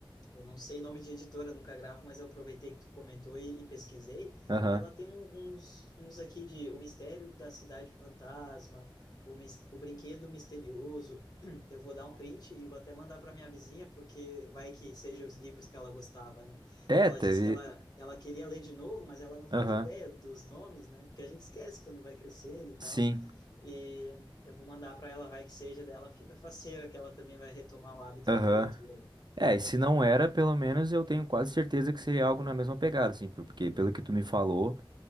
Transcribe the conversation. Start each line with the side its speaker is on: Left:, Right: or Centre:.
Left: eu não sei nome de editora, nunca gravo, mas eu aproveitei que tu comentou e, e pesquisei.
Right: Aham.
Left: Ela tem um- uns, uns aqui de O Mistério da Cidade Fantasma, o, Mis- o Brinquedo Misterioso. <clears throat> Eu vou dar um print e vou até mandar para minha vizinha, porque vai que seja os livros que ela gostava, né?
Right: É,
Left: Que ela
Right: teve.
Left: disse que ela, ela queria ler de novo, mas ela não faz
Right: Aham.
Left: ideia dos nomes, né? Porque a gente esquece quando vai crescendo e tal.
Right: Sim.
Left: E eu vou mandar para ela, vai que seja dela, fica faceira, que ela também vai retomar o hábito
Right: Aham.
Left: da leitura ali.
Right: É, e se
Left: <laughs>
Right: não era, pelo menos eu tenho quase certeza que seria algo na mesma pegada, assim, por- porque pelo que tu me falou.